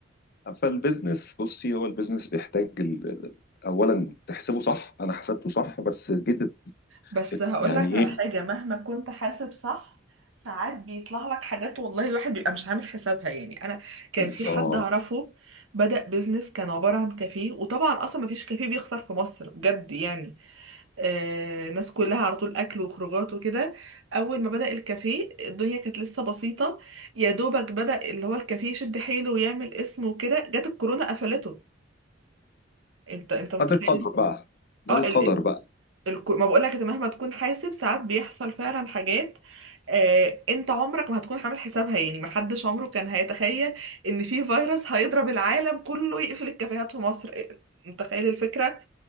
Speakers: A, on the left; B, on the right.
A: فالبيزنس بصي هو البيزنس بيحتاج ال- ال- اولا تحسبه صح انا حسبته صح بس جيت ات-
B: بس
A: ات-
B: هقولك
A: يعني
B: على
A: ايه
B: حاجة مهما كنت حاسب صح ساعات بيطلع لك حاجات والله الواحد بيبقى مش عامل حسابها يعني انا كان
A: بالظبط
B: في حد اعرفه بدأ بيزنس كان عبارة عن كافيه وطبعا اصلا مفيش كافيه بيخسر في مصر بجد يعني آه الناس كلها على طول اكل وخروجات وكده اول ما بدأ الكافيه الدنيا كانت لسه بسيطة يا دوبك بدأ اللي هو الكافيه يشد حيله ويعمل اسم وكده جت الكورونا قفلته انت انت متخيل
A: ده القدر
B: ال-
A: بقى ده
B: اه
A: القدر
B: ال... ال...
A: بقى
B: الكو... ما بقولك انت مهما تكون حاسب ساعات بيحصل فعلا حاجات آه، انت عمرك ما هتكون عامل حسابها يعني محدش عمره كان هيتخيل ان في فيروس هيضرب العالم كله يقفل الكافيهات في مصر إيه، متخيل الفكرة